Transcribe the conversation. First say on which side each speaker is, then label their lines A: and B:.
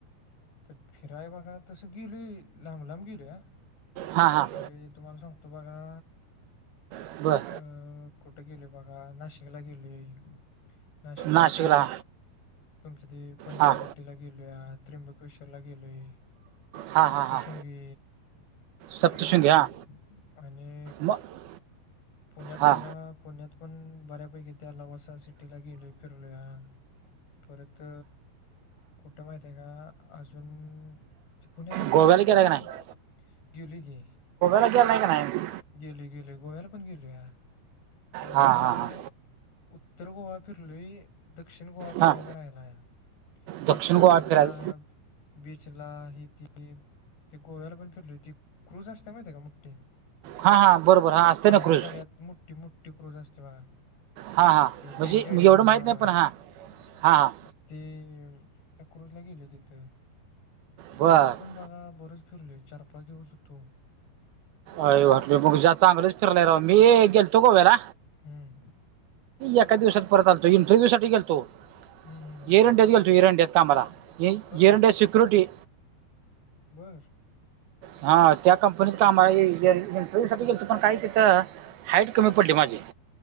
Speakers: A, on the left; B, on the right.
A: तर फिराय बघा तसं गेल लांब लांब गेलो या.
B: हा.
A: म्हणजे तुम्हाला सांगतो बघा
B: बर
A: अं कुठे गेलोय बघा नाशिकला गेलोय नाशिकमध्ये
B: नाशिकला
A: तुमची ती पंचवट
B: हां
A: टीला गेलोय त्र्यंबकेश्वर ला गेलोय
B: हां
A: सप्तशृंगी
B: हां हां
A: तिकडं
B: सप्तशृंगी
A: गेलोय
B: हां
A: आणि
B: मग
A: पुण्यात
B: हां
A: बघा पुण्यात पण बऱ्यापैकी त्या लवासा सिटीला गेलोय फिरलोया. परत कुठं माहित आहे का अजून ते पुण्यात अजून
B: गोव्याला
A: काय
B: गेला
A: काय हाय
B: का नाही
A: कि गिलूय कि
B: आदू आलाय काय नाही?
A: गेलोय गेलोय गोव्याला पण गेलोया गोव्याला
B: हां हां हां
A: उत्तर गोवा फिरलोय दक्षिण गोवा फिरायचा
B: हां
A: राहिलाया
B: दक्षिण
A: ते चर्चला
B: गोवा फिरायला
A: बीचला ही ती ते गोव्याला पण फिरलोय ती क्रुज असते माहिती का मोठी
B: हा हां बरोबर हा असते
A: पाण्यात
B: ना क्रुज
A: सगळ्यात मोठी मोठी क्रूज असते बघा
B: हा हा
A: ते
B: म्हणजे
A: बिग डॅडी
B: एवढं
A: म्हणून
B: माहित
A: नाव
B: नाही
A: आहे
B: पण हा हा हा
A: तर ते त्या क्रुजला गेलोय तिथं
B: बर
A: गोव्यात पण बघा बरच फिरलोय चार-पाच दिवस हुतो.
B: आय वाटलं मग ज चांगलंच फिरलाय राव मी गेलतो गोव्याला
A: हं,
B: एका दिवसात परत आलतो इंटरव्हूसाठी गेलतो
A: हं, हं, हं,
B: एयर
A: हं.
B: इंडियात गेलतो एयर इंडियात कामाला एयर
A: खरं काय?
B: इंडिया सिक्युरिटी
A: बरं
B: हा त्या कंपनीत काम इंटरव्हू साठी गेलतो पण काय तिथं हाइट कमी पडली माझी